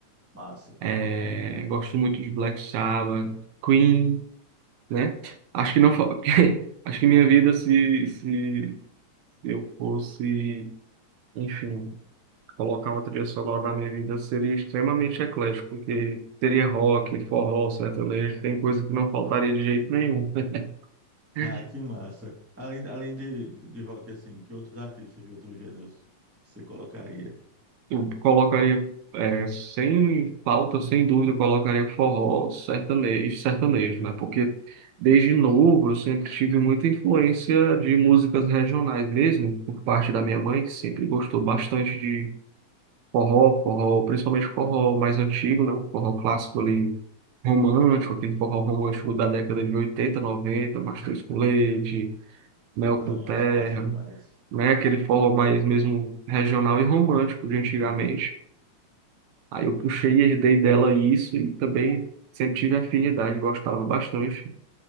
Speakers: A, in the centre; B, on the right.
A: massa.
B: eh, gosto muito de Black Sabbath, Queen, né? Acho que não, fa- <laughs> porque acho que minha vida se, se eu fosse, enfim, colocar uma trilha sonora na minha vida seria extremamente eclético, porque teria rock, forró, sertanejo, tem coisa que não faltaria de jeito nenhum. <laughs>
A: Ah, que massa. Além, além de, de, de rock, assim, que outros artistas de outros gêneros você colocaria?
B: Eu colocaria, é, sem falta, sem dúvida, eu colocaria forró sertanejo, sertanejo, né? Porque desde novo eu sempre tive muita influência de músicas regionais mesmo, por parte da minha mãe, que sempre gostou bastante de forró, forró, principalmente forró mais antigo, né? O forró clássico
A: Uhum.
B: ali, romântico, aquele forró romântico da década de oitenta noventa Mastruz com Leite, Mel
A: Nossa,
B: com Terra,
A: massa demais.
B: né? Aquele forró mais mesmo regional e romântico de antigamente.
A: Uhum.
B: Aí eu puxei e herdei dela isso e também sempre tive afinidade, gostava bastante.